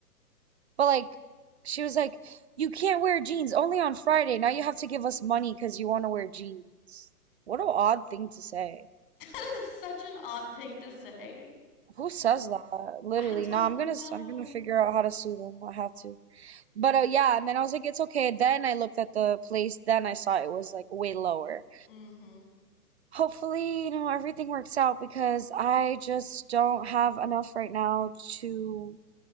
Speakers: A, on the right (about 40°); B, on the left (about 35°).
A: But like, she was like, you can't wear jeans only on Friday. Now you have to give us money because you want to wear jeans. What an odd thing to say.
B: <laughs> That is such an odd thing to say.
A: Who says that? Literally,
B: I don't
A: no, I'm gonna,
B: know.
A: I'm gonna figure out how to sue them. I have to. But uh, yeah, and then I was like, it's okay. Then I looked at the place. Then I saw it was like way lower.
B: Mm-hmm.
A: Hopefully, you know, everything works out because I just don't have enough right now to